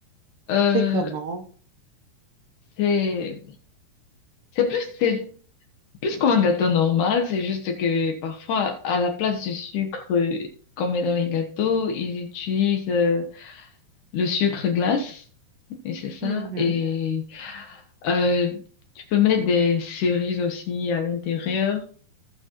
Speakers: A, on the left; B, on the right.
A: Euh,
B: C'est comment?
A: c'est, c'est plus, c'est plus comme un gâteau normal, c'est juste que parfois, à la place du sucre qu'on met dans les gâteaux, ils utilisent euh, le sucre glace. Et c'est ça.
B: Mhm.
A: Et euh, tu peux mettre des cerises aussi à l'intérieur.